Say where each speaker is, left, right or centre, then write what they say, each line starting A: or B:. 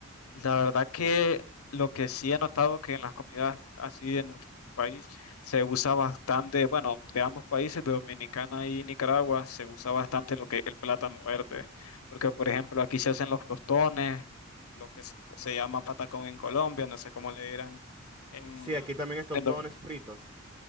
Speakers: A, on the left (about 85°); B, on the right (about 20°).
A: La verdad que lo que sí he notado que en las comunidades así en nuestro país se usa bastante, bueno, de ambos países, de Dominicana y Nicaragua, se usa bastante lo que es el plátano verde, porque por ejemplo aquí se hacen los tostones, lo que se se llama patacón en Colombia, no sé cómo le dirán en,
B: Sí, aquí también estos
A: en
B: tostones fritos.